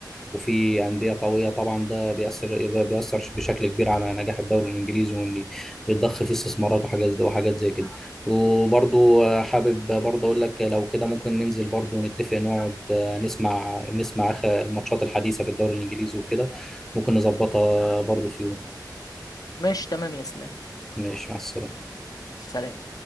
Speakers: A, in the centre; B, on the left.
A: وفي أندية قوية طبعا ده بيأثر بيأثر بشكل كبير على نجاح الدوري الإنجليزي وإن يتضخ فيه استثمارات وحاجات زي وحاجات زي كده وبرضو حابب برضو أقول لك لو كده ممكن ننزل برضو نتفق نقعد نسمع نسمع آخر الماتشات الحديثة في الدوري الإنجليزي وكده ممكن نظبطها برضو في يوم
B: ماشي تمام يا اسلام
A: ماشي مع السلامة
B: سلام